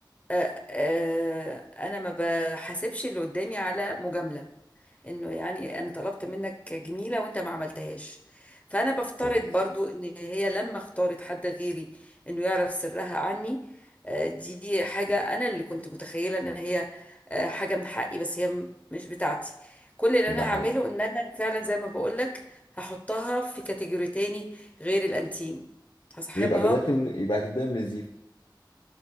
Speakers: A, on the left; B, on the left.
A: آه، آه، انا ما بحاسبش اللي قدامي على مجامله انه يعني انا طلبت منك جميله وانت ما عملتهاش فانا بفترض
B: كويس
A: برضو ان هي لما اختارت حد غيري انه يعرف سرها عني آه، دي حاجه انا اللي كنت متخيله ان هي آه، حاجه من حقي بس هي م- مش بتاعتي كل اللي
B: ده
A: انا
B: حقيقي
A: هعمله ان انا فعلا زي ما بقولك هحطها في كاتيجوري تاني غير الانتيم هصاحبها
B: يبقى بدأت من يبقى هتبدأ من الزيرو